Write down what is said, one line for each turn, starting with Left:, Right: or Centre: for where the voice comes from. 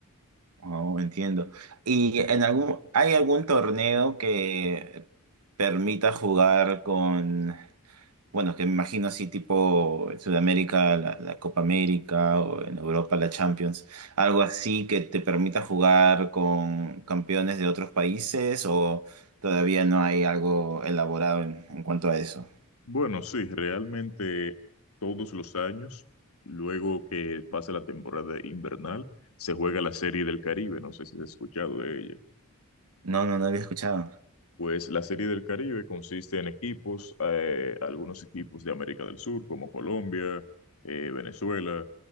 Right: Oh, entiendo. ¿Y en algún, hay algún torneo que permita jugar con... Bueno, que me imagino así tipo en Sudamérica, la, la Copa América o en Europa la Champions, algo así que te permita jugar con campeones de otros países o todavía no hay algo elaborado en, en cuanto a eso.
Left: Bueno, sí, realmente todos los años, luego que pasa la temporada invernal, se juega la Serie del Caribe. No sé si has escuchado de ella.
Right: No, no, no había escuchado.
Left: Pues la Serie del Caribe consiste en equipos, eh, algunos equipos de América del Sur, como Colombia, eh, Venezuela,